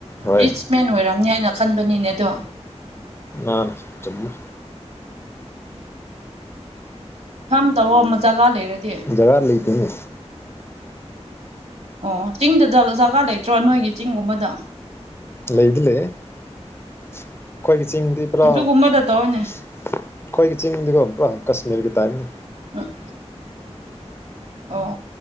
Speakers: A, on the left (about 20°); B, on the right (about 75°).
A: ꯍꯣꯏ
B: ꯔꯤꯆ ꯃꯦꯟ ꯑꯣꯏꯔꯝꯅꯤ ꯍꯥꯏꯅ ꯈꯟꯕꯅꯤꯅꯦ ꯑꯗꯣ
A: ꯑꯥ ꯆꯨꯝꯃꯦ
B: ꯐꯥꯝ ꯇꯧꯑꯣ ꯑꯃ ꯖꯒꯥ ꯂꯩꯔꯗꯤ
A: ꯖꯒꯥ ꯂꯩꯇꯦꯅꯦ
B: ꯑꯣ ꯆꯤꯡꯗ ꯗ ꯖꯒꯥ ꯂꯩꯇ꯭ꯔꯣ ꯅꯣꯏꯒꯤ ꯆꯤꯡꯒꯨꯝꯕꯗ
A: ꯂꯩꯗꯤ ꯂꯩ ꯑꯩꯈꯣꯏꯒꯤ ꯆꯤꯡꯗꯤ ꯄꯨꯔꯥ
B: ꯑꯗꯨꯒꯨꯝꯕꯗ
A: ꯑꯩꯈꯣꯏꯒꯤ
B: ꯇꯧꯋꯣꯅꯦ
A: ꯆꯤꯡꯗꯤ ꯀꯣ ꯄꯨꯔꯥ ꯀꯥꯁꯃꯤꯔꯒꯤ ꯇꯥꯏꯞꯅꯤ
B: ꯎ <inaudible> ꯑꯣ